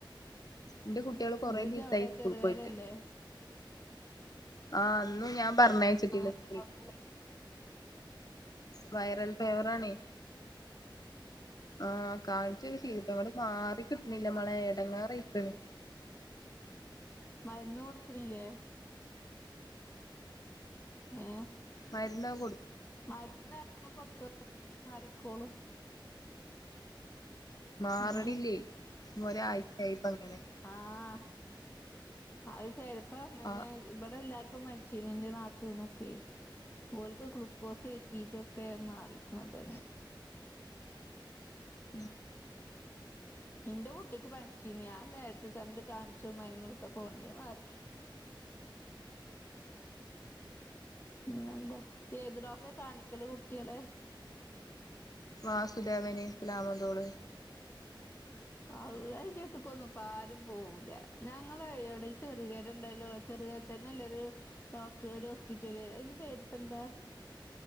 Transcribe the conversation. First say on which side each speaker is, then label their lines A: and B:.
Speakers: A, on the left; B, on the left.
A: ന്റെ കുട്ടികള് കൊറേ
B: ജ്ജ്
A: ദിവസായി
B: അവിടെ
A: സ്കൂള്
B: ചെറുകരല്ലേ
A: പോയിട്ട് ആഹ് അന്ന് ഞാൻ പറഞ്ഞയച്ചിട്ടില്ല
B: ആഹ്
A: സ്കൂളിൽ
B: കൊഴപ്പൊ
A: വൈറൽ ഫേവറാണേ ആഹ് കാണിച്ച് ഇത് ശീലിപ്പ് അങ്ങോട്ട് മാറി കിട്ട്‌ണില്ല മോളേ എടങ്ങാറി ഇട്ടണ്
B: മരുന്ന് കൊടുക്കണില്ലേ ഏ
A: മരുന്ന് കൊടു
B: മരുന്ന് അങ്ങന കൊടുത്തോർക്കക്ക മാറിക്കോളും
A: മാറണില്ലേ
B: ഉം
A: ഒരാഴ്ചയായിപ്പ അങ്ങനെ
B: ആഹ് അത് ശെരി ഇപ്പ അങ്ങനെ
A: ആ
B: ഇവിട എല്ലാർക്കും മര് ക്ഷീണിന്റെ നാത്തൂനക്കെ ഓൽക്ക് ഗ്ലൂക്കോസ് കേറ്റീറ്റൊക്കെ മാറി തിക്കണത്
A: ഉം
B: ന്റെ കുട്ടിക്ക് പനിച്ചീനി ഞാൻ നേരിട്ട് കണ്ട് കാണിച്ചു മരുന്ന് കൊട്ത്തപ്പോ അവൻ്റെ മാറി പിന്നെന്താ ഏത് ഡോക്ടറെ കാണിക്കല് കുട്ട്യേളെ
A: വാസുദേവന് സ്ലാമാതോട്
B: അള്ളാ അയിൻ്റടുത്തുക്കൊന്നും ഇപ്പ ആരും പോവൂല ഞങ്ങള ഇവിടെ ഈ ചെറുകര ണ്ടല്ലോ ചെറുകരേത്തന്നെല്ല ഒരു ഡോക്ടറ് ഒരു ഹോസ്പിറ്റല് അയ്ന്റെ പേര്പ്പ എന്താ